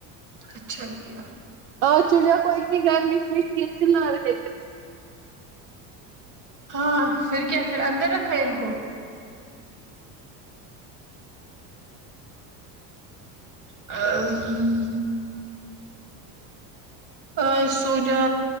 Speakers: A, on the right; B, on the right.
A: اچھا کیا
B: آ چڑیا کوئیت کی گرمی ہوئی تھی چلا رہے تھے
A: ہاں فر کیا فر اندر رکھا ان کو امم آ سوجا